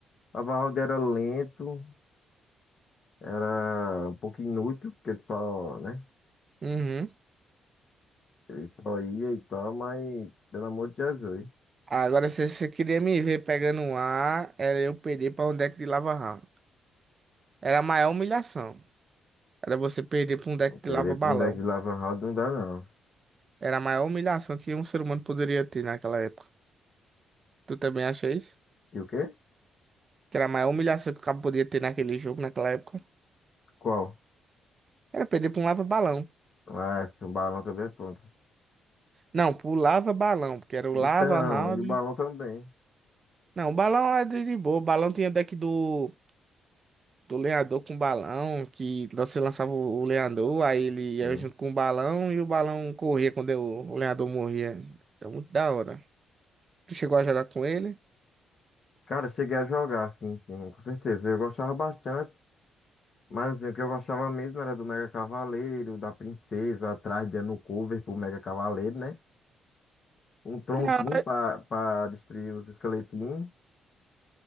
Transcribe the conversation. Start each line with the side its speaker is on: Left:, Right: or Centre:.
Left: Lava Hound era lento, era um pouco inútil, porque ele só, né?
Right: Uhum.
Left: Ele só ia e tal, mas pelo amor de Jesus.
Right: Agora, se você queria me ver pegando um A, era eu perder pra um deck de Lava Hound. Era a maior humilhação. Era você perder pra um deck
Left: Não, Perder
Right: de Lava Balão.
Left: pra um deck de Lava House não dá, não.
Right: Era a maior humilhação que um ser humano poderia ter naquela época. Tu também acha isso?
Left: Que o quê?
Right: Que era a maior humilhação que o cabo podia ter naquele jogo, naquela época?
Left: Qual?
Right: Era perder pra um Lava Balão.
Left: Ah, sim, o balão também é pronto.
Right: Não, pro Lava Balão, porque era o
Left: Então,
Right: Lava Round.
Left: e o balão também.
Right: Não, o balão é de de boa. O balão tinha deck do, do lenhador com balão, que você lançava o, o lenhador, aí ele
Left: Sim.
Right: ia junto com o balão e o balão corria quando o, o lenhador morria. É muito da hora. Tu chegou a jogar com ele?
Left: Cara, cheguei a jogar, sim, sim, com certeza. Eu gostava bastante. Mas assim, o que eu gostava mesmo era do Mega Cavaleiro, da Princesa, atrás dando cover pro Mega Cavaleiro, né? Um tronquinho
Right: Não,
Left: pra, pra destruir os esqueletinhos.